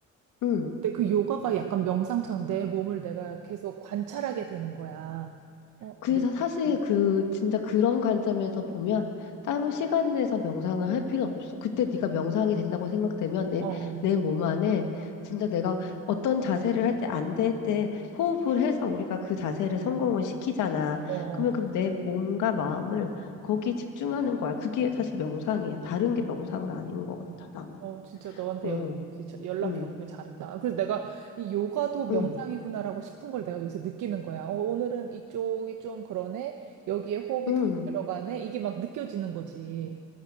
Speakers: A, on the left; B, on the right.
A: 음.
B: 근데 그 요가가 약간 명상처럼 내 몸을 내가 계속 관찰하게 되는 거야. 어,
A: 그래서
B: 내 느낌.
A: 사실
B: 어,
A: 그 진짜 그런 관점에서 보면 따로 시간 내서 명상을 할 필요는 없어. 그때 네가 명상이 된다고 생각되면 내
B: 어, 어.
A: 내 몸 안에 진짜 내가 어떤 자세를 할 때 안 될 때 호흡을 해서 우리가 그 자세를 성공을 시키잖아.
B: 어, 어,
A: 그러면 그럼 내 몸과 마음을 거기에 집중하는 거야. 그게 사실 명상이야. 다른 게 명상은 아닌 것 같아. 나는.
B: 어, 진짜 너한테
A: 응,
B: 역- 역시 저- 연락해보길
A: 응,
B: 잘했다. 아, 그래서 내가 이 요가도 명상이구나라고
A: 응,
B: 싶은 걸 내가 요새 느끼는 거야. 어, 오늘은 이쪽이 좀 그러네. 여기에 호흡이
A: 응.
B: 덜 들어가네. 이게 막 느껴지는 거지.